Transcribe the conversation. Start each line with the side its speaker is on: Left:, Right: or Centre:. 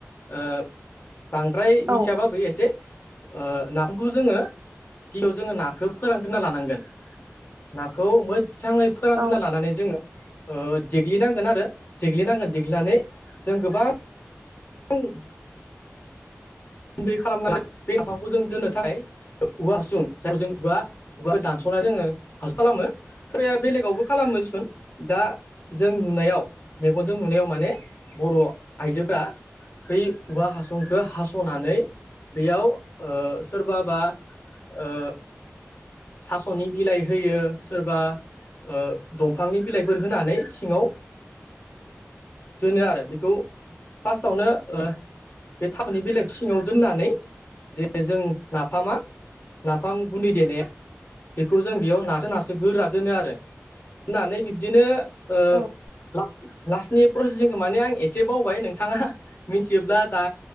Left: ओ बांद्राय
Right: औ
Left: मिथियाबाबो एसे ओ नाफामखौ जोङो गियाव जोङो नाखौ फोरानगोनना लानांगोन। नाखौ मोजाङै फोरानग्रोना
Right: औ
Left: लानानै जोङो ओ देग्लिनांगोन आरो देग्लिनांगोन देग्लिनानै जों गोबां <unintelligible> उन्दै खालामनानै बे नाफामखौ जों दोननोथाय औवा हासुं जेराव जों जुवा <unintelligible> दानस'नानै जोङो हासो खालामो। सोरबाया बेलेगावबो खालामो दिसुन दा जों नुनायाव मेगनजों नुनायाव माने बर' आइजोफ्रा बै औवा हासंखौ हास स'नानै बेयाव ओ सोरबाबा ओ थास'नि बिलाइ होयो सोरबा ओ दंफांनि बिलाइफोर होनानै सिङाव दोनो आरो बेखौ फार्स्टआवनो ओ बे थावनि बिलाइ सिङाव दोननानै जे जों नाफामा नाफाम गुन्दै देनाया बेखौ जों बेयाव नाराथो नारसो गोरा दोनो आरो होननानै बिब्दिनो ओ
Right: औ
Left: लास्ट लास्टनि प्रसेसिंखौ माने आं एसे बावबाय नोंथाङा मिथियोब्ला दा